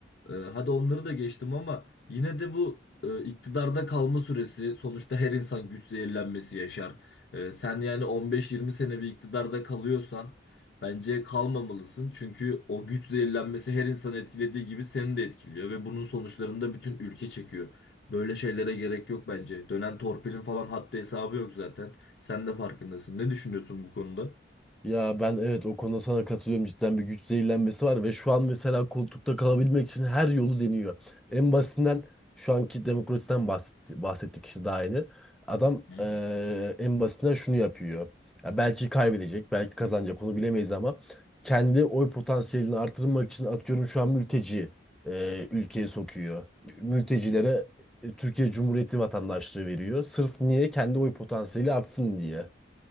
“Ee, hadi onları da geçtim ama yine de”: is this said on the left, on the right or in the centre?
Left